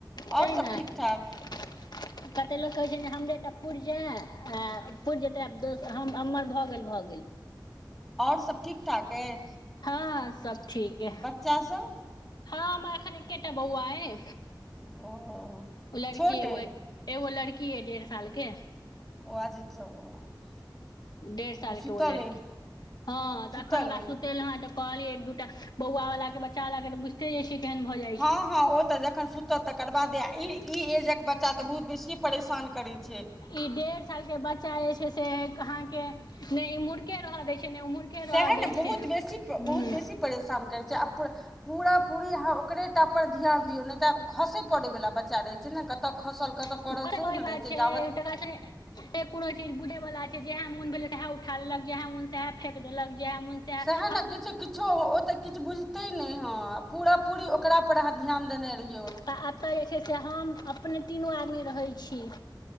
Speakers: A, on the left (about 60°); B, in the centre.
A: तेह
B: आओर सभ
A: नाय
B: ठीक
A: कतेक
B: ठाक
A: लोक कहैत छै ने हमरे तऽ पुरि जाय आ पुरि जेतै आब दोस हम हममर भऽ गेल भऽ गेल।
B: औरर सभ ठीक ठाक अइ
A: हँ सब ठीक। अइ
B: बच्चा सभ।
A: हँ हमर एखन एकेटा बौआ ये
B: ओ
A: लड़की
B: छोट
A: एगो
B: अइ
A: ये। एगो लड़की ये डेढ़ साल के
B: <unintelligible>
A: डेढ सालके
B: तऽ सुतल
A: ओ लड़की
B: अइ
A: हँ देखयमे
B: सुतल
A: उकरा
B: अइ
A: छु तेल अहँ तऽ कहलीए एक दूटा बौआ वाल के बच्चा वाला के त बुझते जाय छीये केहन भऽ जाइ
B: हँ
A: छीये।
B: हँ ओ तऽ जखन सुत तऽ तकर बादे ई ई एजक बच्चा तऽ बहुत बेसी परेशान करै छैय।
A: इ डेढ़ साल के बच्चा जे छैय से अहाँ के नै इम्हुरके रह देय छै नै उम्ह
B: सएह
A: <unintelligible>
B: ने
A: दै
B: बहुत
A: छीये हूँ।
B: बेसी बहुत बेसी परेशान करै छैय अब पूरा पूरा पूरी अहाँ ओकरे टापर ध्यान दियौ नहि तऽ खसय पड़यवला बच्चा रहैत छैय ने कतय खसल कतऽ।
A: <unintelligible>
B: पड़ल सेहो ने रहै छै जाबत
A: ए कोनो चीज बुझे वला छैय जेहे मोन भेले तेहे उठा लेलक जेहा मन से हे फेक देलक जेहे मोन सएह
B: सेहे
A: हम
B: नऽ किछी किछो ओ तऽ किछ बुझते न ह पूरा पूरी ओकरा पर अहाँ ध्यान देने रहिय
A: तऽ एतय जे छैय से हम अपने तीनू आदमी रहै छीये।